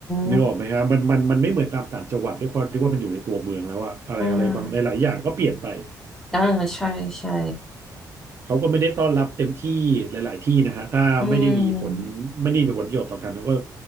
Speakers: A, in the centre; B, on the right.
A: ม
B: นึกออกไหมฮะมันมันมันไม่เหมือนตามต่างจังหวัดด้วยความที่ว่ามันอยู่ในตัวเมืองแล้วอะอะไรอะไรบางหลายๆอย่างก็เปลี่ยนไป
A: อ่าอ่าใช่ใช่
B: เขาก็ไม่ได้ต้อนรับเต็มที่หลาย ๆ ที่นะฮะถ้าไม่ได้มีผล
A: อืม
B: ไม่ได้มีผลประโยชน์ต่อกันเขาก็